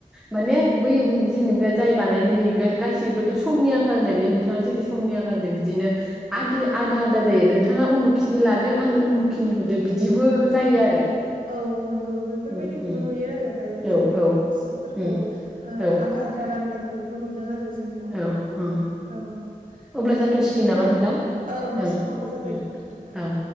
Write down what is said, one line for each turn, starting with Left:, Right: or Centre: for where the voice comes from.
Centre: माने बै जेनेब जाय बानायनो हैगोन गाससिबोथ' समनि आंखाल होननाय बिदि नोंथाङा जेरै समनि आंखालदों बिदिनो आदिआदा
Right: औ
Centre: आदा जायो नों बिथाङा उमुखिनि लादो आंनो उमुखिनि होदो बिदिबो जायो आरो
Right: औ नंगौ बेफोरबायदिखौबो
Centre: उम उम
Right: नुयो आरो दायो
Centre: औ
Right: जोंनियाव
Centre: औ
Right: माने जिफोरखौ
Centre: उम
Right: ओ
Centre: औ
Right: आधा आधा राननाय खौबो नुदों आरो जों जोंनियावबो
Centre: औ उम
Right: औ
Centre: अब्ला
Right: ओ
Centre: जाथ'सिगोन
Right: बिदिब्ला
Centre: नामा नोंथां
Right: औ
Centre: ओं
Right: समाबो जाबाय
Centre: उम
Right: बिदिब्ला
Centre: औ